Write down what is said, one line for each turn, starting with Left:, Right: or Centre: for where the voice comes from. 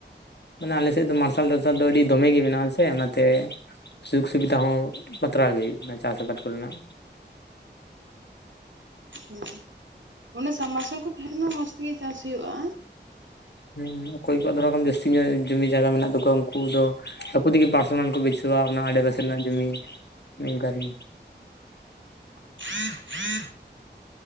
Left: ᱢᱟᱱᱮ ᱟᱞᱮ ᱥᱮᱫ ᱫᱚ ᱢᱟᱨᱥᱟᱞ ᱴᱟᱨᱥᱟᱞ ᱫᱚ ᱟᱹᱰᱤ ᱫᱚᱢᱮ ᱜᱮ ᱢᱮᱱᱟᱜᱼᱟ ᱥᱮ ᱚᱱᱮ ᱛᱮ ᱥᱩᱠᱷ ᱥᱩᱵᱤᱫᱷᱟ ᱦᱚᱸ ᱵᱟᱛᱨᱟᱣ ᱜᱮ ᱦᱩᱭᱩᱜ ᱠᱟᱱᱟ ᱪᱟᱥ ᱟᱵᱟᱫ ᱠᱚᱨᱮᱱᱟᱜ
Right: ᱦᱩᱸ ᱚᱱᱮ ᱥᱟᱢᱢᱟᱨᱥᱟᱞ ᱠᱩ ᱛᱟᱦᱮᱸ ᱠᱮᱢᱟ ᱢᱚᱸᱡᱽ ᱛᱮ ᱜᱮ ᱪᱟᱥ ᱦᱩᱭᱩᱜᱼᱟ
Left: ᱦᱩᱸ ᱚᱠᱚᱭ ᱠᱚᱣᱟᱜ ᱫᱷᱚᱨᱟᱣ ᱠᱟᱡ ᱢᱮ ᱡᱟᱹᱥᱛᱤ ᱧᱚᱜ ᱡᱚᱢᱤ ᱡᱟᱭᱜᱟ ᱢᱮᱱᱟᱜ ᱛᱟᱠᱚᱣᱟ ᱩᱱᱠᱩ ᱫᱚ ᱟᱠᱩ ᱛᱮ ᱜᱮ ᱯᱟᱨᱥᱚᱱᱟᱞ ᱠᱚ ᱵᱟᱹᱭᱥᱟᱹᱭ <inaudible> ᱱᱳᱣᱟ ᱚᱱᱟ ᱟᱞᱮᱯᱟᱥᱮ ᱨᱮᱱᱟᱜ ᱡᱩᱢᱤ ᱮᱱᱮ ᱟᱚᱝᱠᱟ ᱜᱤ
Right: <unintelligible>